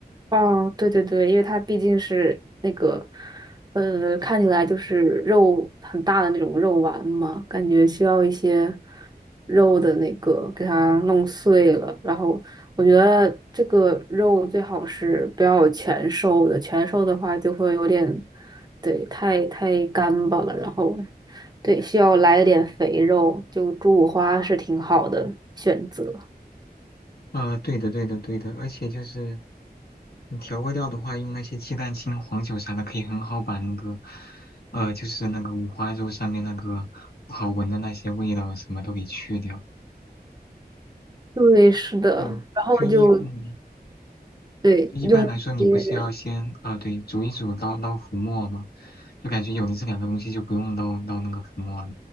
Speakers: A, on the right (about 25°); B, on the left (about 70°).
A: 哦，对对对，因为它毕竟是那个，呃，看起来就是肉很大的那种肉丸嘛，感觉需要一些肉的那个给它弄碎了。然后我觉得这个肉最好是不要全瘦的，全瘦的话就会有点，对，太太干巴了。然后，对，需要来一点肥肉，就猪五花是挺好的选择。
B: 啊，对的，对的，对的。而且就是嗯调味料的话，用那些鸡蛋清、黄酒啥的，可以很好把那个，呃，就是那个五花肉上面那个不好闻的那些味道什么都给去掉。
A: 对，是的，
B: 对，
A: 然后就
B: 就一嗯，
A: 对用。
B: 就一般来说，你不是要先啊、
A: 一些。
B: 对，煮一煮捞捞浮沫吗？就感觉有了这两个东西，就不用捞捞那个浮沫了，